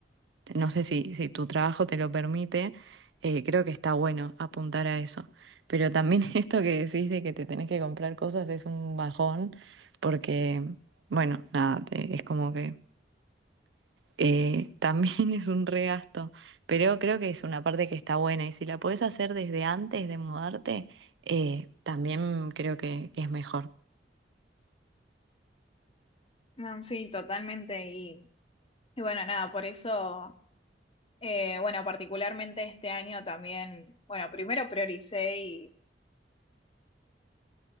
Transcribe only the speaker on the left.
No, sí, totalmente. Y, y bueno, nada, por eso, eh, bueno, particularmente este año también, bueno, primero prioricé y...